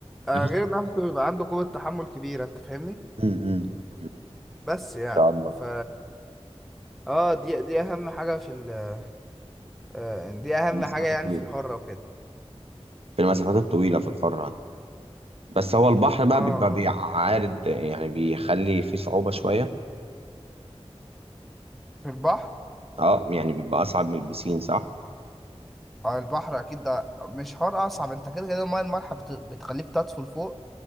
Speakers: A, in the centre; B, on the right (about 65°).
A: آه
B: نفس
A: غير نفسه بيبقى عنده قوة تحمل كبيرة انت فاهمني
B: مم، مم، مم.
A: بس يعني
B: إن شاء الله
A: ف اه دي دي اهم حاجة في ال آه دي اهم
B: في المسافات
A: حاجة يعني
B: الطويلة
A: في الحرة وكده
B: في المسافات الطويلة في الحرة بس هو البحر بقى
A: اه اه
B: بيبقى بيعارض
A: آه.
B: يعني بيخلي فيه صعوبة شوية
A: في البحر
B: اه يعني بيبقى أصعب من البسين صح؟
A: اه البحر اكيد ده مش حوار اصعب انت كده كده المايه المالحه بت- بتخليك تطفو لفوق